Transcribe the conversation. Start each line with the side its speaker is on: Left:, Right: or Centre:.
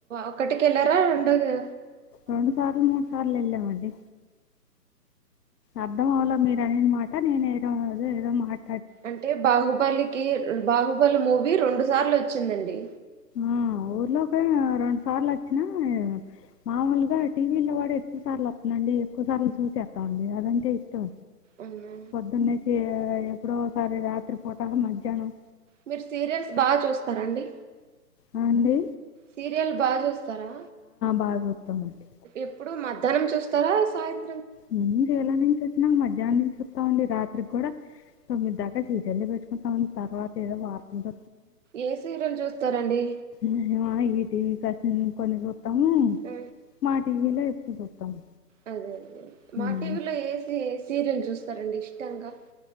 Right: ఒకటికి వెళ్ళారా రెండోదా
Left: రెండు సార్లు మూడు సార్లు ఎల్లం అండి అర్థం అవలే మీరు అనినా మాట నేను ఏదోదో ఏదో మాట
Right: అంటే బాహుబలికి బాహుబలి మూవీ రెండు సార్లు వచ్చిందండి
Left: ఆ ఊర్లోక రెండు సార్లు అచ్చిన మామూలుగా టీవీ లో కూడా ఎక్కువ సార్లు వస్తునండి ఎక్కువ సార్లు చూసేస్తామండి అదంటే ఇష్టం
Right: అవునా
Left: పొద్దున్నేసి ఎప్పుడోసారి రాత్రి పూట నా మధ్యాహ్నం
Right: మీరు సీరియల్స్ బాగా చూస్తారండి
Left: అ అండి
Right: సీరియల్ బాగా చూస్తారా
Left: బాగా చూస్తామండి
Right: ఎప్పుడు మధ్యాహ్నం చూస్త హ్నం చూస్తారా సాయంత్ర
Left: <unintelligible> మధ్యాహ్న నిం వాండి రాత్రికి కూడా తొమ్మిది దాకా సీరియల్స్ ఏ పెట్టుకుంటామండి తర్వాత ఏదో వత
Right: ఏ సీరియల్ చూస్తారండి
Left: మేము ఈ టీవీ కసి కొన్ని చూస్తాము
Right: ఆ,
Left: మా టీవీలో ఎక్కువ చూస్తాము
Right: అదే అదే మా
Left: అవునండి
Right: టీవీలో ఏ సీరియల్ చూస్తారండి ఇష్టంగా